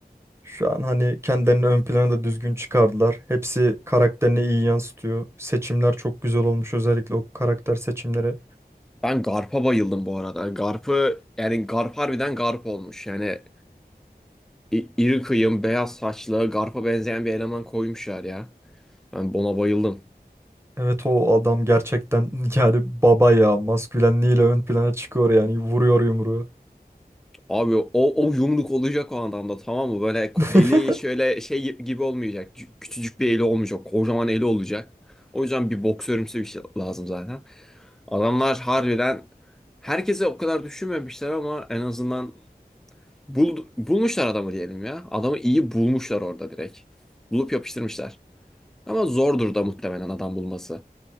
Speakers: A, on the right; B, in the centre.
A: Şu an hani kendilerini ön plana da düzgün çıkardılar. Hepsi karakterini iyi yansıtıyor. Seçimler çok güzel olmuş özellikle o karakter seçimleri.
B: Ben Garp'a bayıldım bu arada. Garp'ı yani Garp harbiden Garp olmuş. Yani i- iri kıyım, beyaz saçlı, Garp'a benzeyen bir eleman koymuşlar ya. Ben buna bayıldım.
A: Evet o adam gerçekten <laughs> yani baba ya maskülenliğiyle ön plana çıkıyor yani vuruyor yumruğu.
B: Abi o, o yumruk olacak o adamda tamam mı? Böyle ko-
A: <laughs>
B: eli şöyle şey gibi olmayacak. Cü- Küçücük bir eli olmayacak. Kocaman eli olacak. O yüzden bir boksörümsü bir şey lazım zaten. Adamlar harbiden herkese o kadar düşünmemişler ama en azından Bul, bulmuşlar adamı diyelim ya. Adamı iyi bulmuşlar orada direkt. Bulup yapıştırmışlar. Ama zordur da muhtemelen adam bulması.